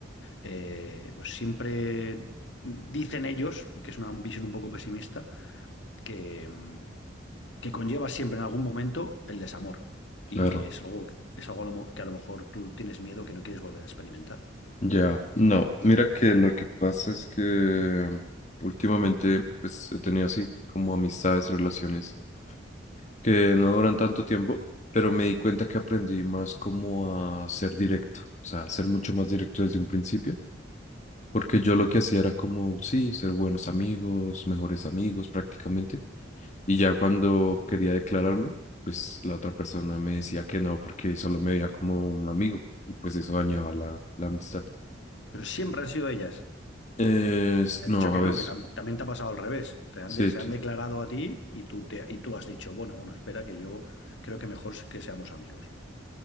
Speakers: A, on the left; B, on the left.
A: eh, pues siempre dicen ellos, que es una visión un poco pesimista, que, mm, que conlleva siempre en algún momento el desamor. Y
B: Claro.
A: es algo, es algo a lo mo- que a lo mejor tú tienes miedo que no quieres volver a experimentar.
B: Ya, no, mira que lo que pasa es que últimamente pues he tenido así como amistades, relaciones que no duran tanto tiempo, pero me di cuenta que aprendí más como a ser directo, o sea, a ser mucho más directo desde un principio, porque yo lo que hacía era como, sí, ser buenos amigos, mejores amigos prácticamente, y ya cuando
A: Bueno,
B: quería declararme, pues la otra persona me decía que no, porque solo me veía como un amigo, y pues eso dañaba la, la amistad.
A: Pero siempre han sido ellas
B: Eh, s-
A: Me
B: no,
A: has dicho que
B: a veces,
A: no, que tam- también te ha pasado al revés. Te
B: sí,
A: han de-
B: t-
A: se han declarado a ti y tú, te, y tú has dicho, bueno, bueno, espera que yo creo que mejor que seamos amigos.